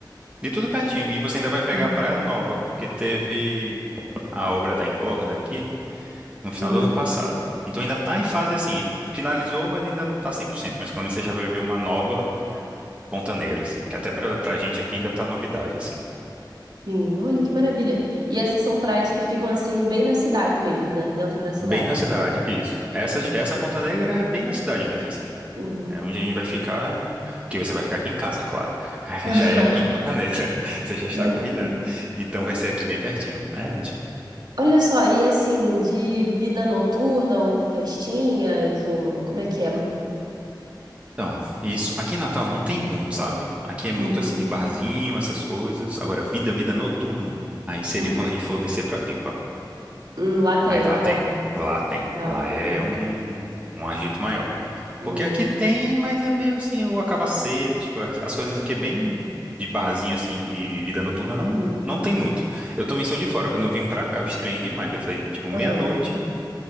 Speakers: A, on the right; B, on the right.
A: e tudo pertinho, e você ainda vai pegar
B: Aham.
A: a Praia Nova, porque teve a obra da Engorda aqui no final
B: Uhum.
A: do ano passado. Então ainda tá em fase assim, finalizou, mas ainda não tá cem por cento mas pelo menos você já vai ver uma nova Ponta Negra assim, que até pra, pra gente aqui ainda tá novidade assim.
B: Sim, olha que maravilha. E essas são praias que ficam assim, bem na cidade mesmo, né? Dentro da cidade.
A: Bem na cidade, isso. Essa,
B: Ai,
A: essa Ponta Negra é bem na cidade mesmo, assim.
B: uhum.
A: É onde a gente vai ficar, que você vai ficar aqui em casa, claro. <laughs>
B: <laughs>
A: Já é aqui em Ponta Negra. <laughs> Você já está
B: Maravilha.
A: convidado. Então vai ser aqui bem pertinho. É ótimo.
B: Olha só, e assim, de vida noturna ou festinhas, ou um, como é que é?
A: Então, isso. Aqui em Natal não tem muito, sabe? Aqui é muito
B: Uhum.
A: assim de barzinho, essas coisas. Agora, vida, vida noturna. Aí seria
B: Hum,
A: quando a gente for descer pra Pipa.
B: hum, lá tem,
A: Aí
B: lá
A: lá
B: rola.
A: tem, lá tem.
B: Legal.
A: Lá é um, um agito maior.
B: Hum,
A: Porque aqui tem, mas é meio assim, ou acaba cedo, tipo, as as coisas aqui é bem de barzinho assim e vida noturna não
B: hum.
A: não tem muito. Eu também sou de fora, quando eu vim pra cá eu estranhei demais. Eu falei, tipo,
B: Aham.
A: meia-noite,